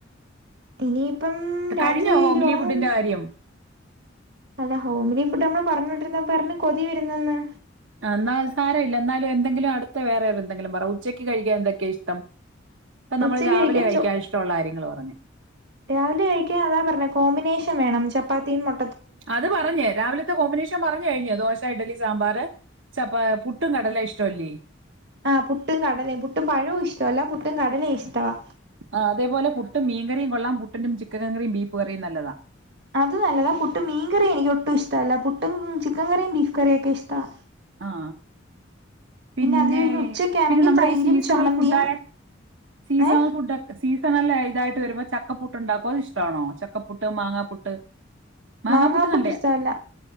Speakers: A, on the right; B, on the right.
A: ഇനിയിപ്പം രാത്രിയായില്ലേ
B: കഴിഞ്ഞോ ഹോംലി
A: ഉറങ്ങും
B: ഫുഡിന്റെ കാര്യം
A: അല്ല ഹോംലി ഫുഡ് ന്ന് പറഞ്ഞോണ്ടിരുന്ന പറഞ്ഞു കൊതി വരുന്നന്ന്
B: ആഹ് എന്നാ സാരമല്ല എന്നാലും എന്തെങ്കിലും അടുത്ത വേറെ എന്തങ്കിലും പറ ഉച്ചക്ക് കഴിക്കാൻ എന്തൊക്കെ ഇഷ്ടം ഇപ്പൊ നമ്മള്
A: ഉച്ചയ്ക്ക്
B: രാവിലെ കഴിക്കാൻ
A: ചോ
B: ഇഷ്ടമുള്ള കാര്യങ്ങള് പറഞ്ഞു
A: രാവിലെ കഴിക്കാൻ അതാ പറഞ്ഞ കോമ്പിനേഷൻ വേണം ചപ്പാത്തിയും മൊ
B: അത് പറഞ്ഞ് രാവിലത്തെ കോമ്പിനേഷ് ക്ഷൻ പറഞ്ഞു കഴിഞ്ഞു ദോശ ഇഡലി സാമ്പാർ ചപ്പ പുട്ടും കടല ഇഷ്ടമല്ലീ
A: ആഹ് പുട്ടും കടലയും പുട്ടും പഴവും ഇഷ്ടല്ല പുട്ടും കടലയും ഇഷ്ടവാ
B: ആഹ് അതപോലെ പുട്ടും മീൻ കറിയും കൊള്ളാം പുട്ടന്റെ ചിക്കൻ കറും ബീഫ് കറിയും നല്ലതാ
A: അത് നല്ലതാ പുട്ടും മീൻ കറിയും എനിക്ക് ഒട്ടും ഇഷ്ടല്ല പുട്ടും ചിക്കൻ കറിയും ബീഫ് കറിയും ഒക്കെ ഇഷ്ടമാ
B: ആഹ് പിന്നെ
A: അത് കഴിഞ്ഞ് ഉച്ചക്കാണെങ്കിൽ
B: പിന്നെ നമ്മുടെ
A: തൈരും
B: ഈ സീസണൽ
A: ചമ്മന്തിയും
B: ഫുഡായ സീസണൽ
A: ഏ
B: ഫുഡ് സീസണല്ലേ ഇതായിട്ട് വരുമ്പോ ചക്കപ്പുട്ട് ഉണ്ടാക്കോ അത് ഇഷ്ടമാണോ ചക്കപ്പുട്ട് മാങ്ങാപ്പുട്ട് മാങ്ങാപ്പുട്ട്
A: മാങ്ങാ പുട്ട്
B: നല്ലേ
A: ഇഷ്ടോ അല്ല